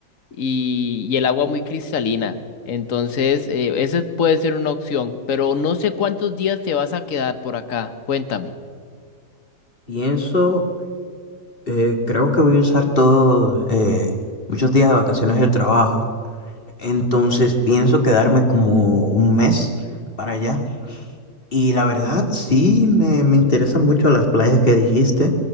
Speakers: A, on the left; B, on the left.
A: y, y el agua muy cristalina. Entonces, eh, esa puede ser una opción, pero no sé cuántos días te vas a quedar por acá. Cuéntame.
B: Pienso, eh, creo que voy a usar todos muchos días de vacaciones del trabajo. Entonces pienso quedarme como un mes para allá. Y la verdad, sí, me, me interesan mucho las playas que dijiste.